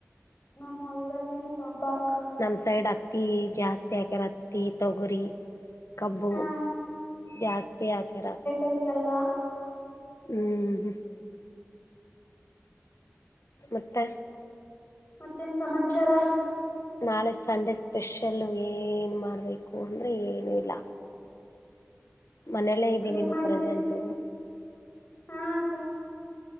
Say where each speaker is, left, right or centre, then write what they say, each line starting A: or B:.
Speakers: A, on the left; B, on the left.
A: ನಮ್ಮ ಹೊಲ್ದಲ್ಲಿನ. <unintelligible>
B: ನಮ್ಮ್ ಸೈಡ್ ಅತ್ತಿ ಜಾಸ್ತಿ ಹಾಕ್ಯಾರ ಅತ್ತಿ ತೊಗರಿಿ. ಕಬ್ಬು
A: ಹಾ
B: ಜಾಸ್ತಿ ಹಾಕ್ಯರ.
A: ಅದಕ್ಕೆಲ್ಲ.
B: ಹ್ಮ್ <unintelligible> ಮುತ್ತೆ
A: ಮತ್ತೇನ್ ಸಮಾಚಾರ
B: ನಾಳೆ ಸಂಡೆ ಸ್ಪೆಷಲ್ಲ ವೇ ಏನು ಮಾಡಬೇಕು ಅಂದರೆ ಏನೂ ಇಲ್ಲ ಮನೇಲ್ಲೇ ಇದ್ದಿನಿ
A: ಏನ್
B: <unintelligible>
A: ಮಾಡ್ತೀರಿ
B: ಪ್ರೆಸೆಂಟು
A: ಹಾ ಅಕ್ಕ